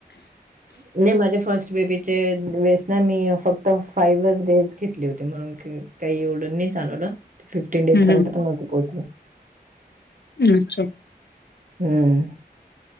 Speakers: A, on the right (about 50°); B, on the left (about 80°).
A: नाहीं माझे फर्स्ट बेबीचे वेळेस नां मी फक्तं फाईव्ह डेज घेतले होते म्हणून. कांहीं एवढं नाहीं चालव ना फिफ्टीन डेज
B: हं,
A: पर्यंत
B: हं.
A: पण नव्हते पोहोचले.
B: अच्छा.
A: हम्मं